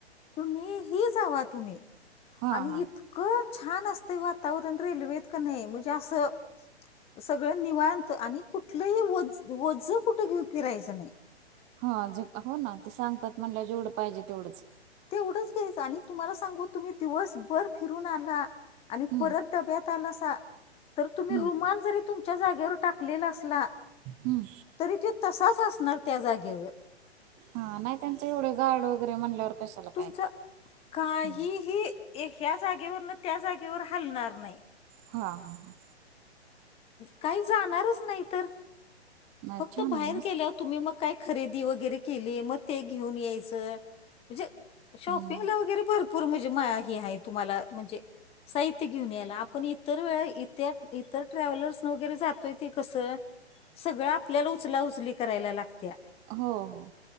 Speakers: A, on the left; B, on the right.
A: कुणीही जावा तुम्ही
B: हा
A: आणि
B: हा
A: इत कं छान असतं वातावरण रेल्वेत का नाही म्हणजे असं सगळं निवांत आणि कुठलंही वज वज कुठे घेऊन फिरायचं नाही.
B: हा जे हो ना ते सांगतात म्हणला जेवढं पाहिजे तेवढंच.
A: तेवढंच घ्यायचं आणि तुम्हाला सांगू तुम्ही दिवसभर फिरून आला आणि
B: हम्म
A: परत टब्यात आलासा. तर तुम्ही
B: हम्म
A: रुमाल जरी तुमच्या जागेवर टाकलेला असला
B: हम्म
A: तरी त्यो तसाच असणार त्या जागेवर.
B: हा नाही त्यांच एवढे गार्ड वगैरे म्हणल्यावर कशाला
A: तुमच
B: काय
A: काहीही
B: हम्म
A: ह्या जागेवरन त्या जागेवर हलणार नाही.
B: हा हा ह.
A: काही जाणारच नाही तर,
B: नाही
A: फक्त
B: छान
A: बाहेर
B: आहे मस्त
A: गेल्यावर तुम्ही मग काय खरेदी वगैरे केली मग ते घेऊन यायचं. म्हणजे शॉपिंगला
B: हम्म
A: वगैरे भर पूर म्हणजे माया ही आहे तुम्हाला, म्हणजे साहित्य घेऊन यायला आपण इतर वेळा इत्या ई तर ट्रॅव्हलर्स न वगैरे जातोय ते कसं सगळं आपल्याला उचला उचली करायला लागत्या.
B: हो हो.